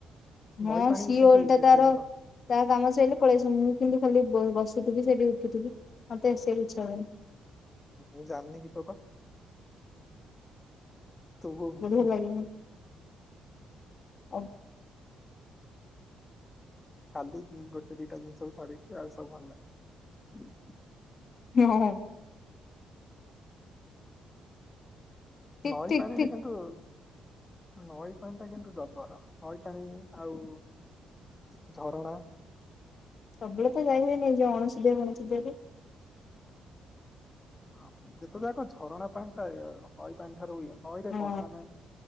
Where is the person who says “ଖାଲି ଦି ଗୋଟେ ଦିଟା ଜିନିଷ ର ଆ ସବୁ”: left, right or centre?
Left